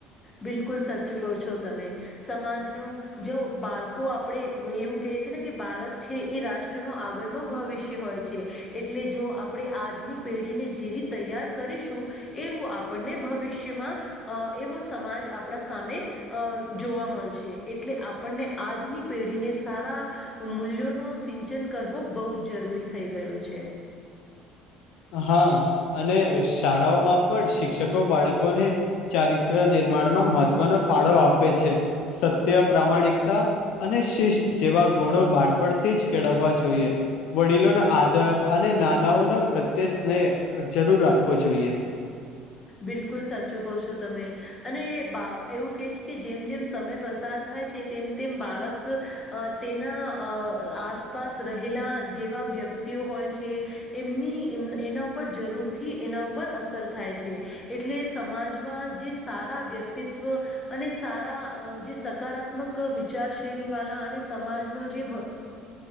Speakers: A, on the left (about 25°); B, on the left (about 70°).
A: બિલકુલ સચ ચૂકો છો તમે સમાજ ન જો બાળકો આપણેે એવું કે છે ને બાળક છે એ રાષ્ટનો આગળ નો ભવિષ્ય હોય છે એટલે જો આપણી આજની પેઢીને જેવી તૈયાર કરીશું એવુ આપણે ભવિષ્યમાં એવો સમાજ આપણા સામે અ જોવા મળ છે એટલે આપણે આજ ની પેઠી ને સારા- મૂલ્યો ન સિંચન કરવો બહુ જ જરૂરી થઈ ગયો છે.
B: હા અને શાળાઓમાં પણ શિક્ષકો બાળકોને ચારી નિર્માણમાં મહત્વનો ફાળો આપ. સત્ય પ્રામાણિકતા અને શિષ જેવા ગુણો બાળપણથી જ કેળવ જોઈ વડીલોના આદર અને નાનાઓના તે સ્નેહ જરૂર રાખવો જોઈએ.
A: બિલકુલ સાચું કહ છો તમે અને બા એવું કે છે કે જેમ જેમ સમય પસાર થાય તેમ બાળક તેના આસપાસ રહેલા જેવા વ્યક્તિઓ હોય છે એમની એ એના ઉપર જરૂરથી એના ઉપર અસર થાય છે. એટલે સમાજમાં જે સારા વ્યક્તિત્વ અને સારા જે સકારાત્ વિચાર શ્રેણી વાલા અને સમાજ નું જે